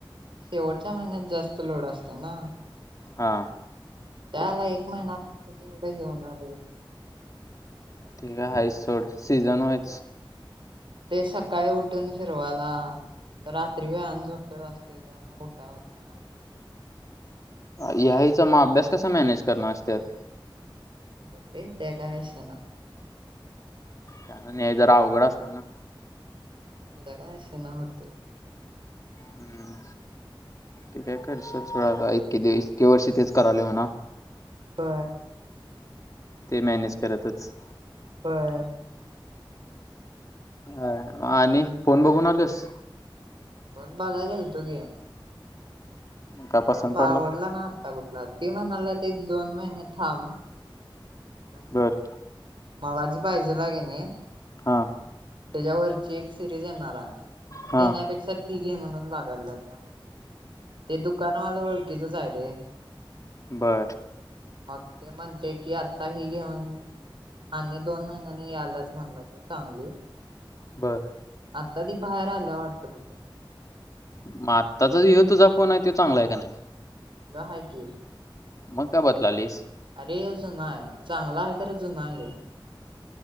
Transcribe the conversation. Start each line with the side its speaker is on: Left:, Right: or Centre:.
Right: शेवटच्या महिन्यात जास्त लोड असते ना
Left: हा
Right: त्याला एक महिना ते तेवढंही होणार आहे
Left: तेठी का आहे सोड सीझन वयज
Right: ते सकाळी उठून फिरवाला रात्री वेळानं झोपत असते त्यामुळेग मोठा होत ना अस हो
Left: या्याचा मग अभ्यास कसा मॅनेज करणार अहेस
Right: बे तेकावेश ना
Left: कारण नाही जरा अवघड असणार ना
Right: त्याचा काय असे न होते
Left: हम्म ते काय करश सोड इतके इतके वर्षी तेच कराले होणा
Right: ह
Left: ते मॅनेज करतच
Right: ह
Left: अ आणि फोन बघून आलोस
Right: कोण बघाय गेल तुघे
Left: का
Right: ह
Left: पसंत
Right: बा
Left: पडला
Right: आवडला ना आत्ता कुठला ते म्हणाला ते एक दोन महिने थांब बज
Left: बर
Right: मला जी पाहिजे लागे नाही
Left: हा
Right: एक सजणार
Left: हां
Right: घेेक्षा घ गाय म ते दुकानवालं ओळखीचच आहे रे
Left: बरं
Right: मग ते म्हणते की आत्ता हि घेऊन आणि दोन महिन्यांनी यालाच म्हणलं तर चांगली
Left: बरं
Right: आता ती बाहेर आलं वाटतं कुठ का
Left: मग आत्ताचा ह तुझा फोन आहे तो चांगला आहे का नाही
Right: रहाय कि
Left: मग काय बातला आलीस
Right: अरे जुना आहे चांगला आहे का र जुना ये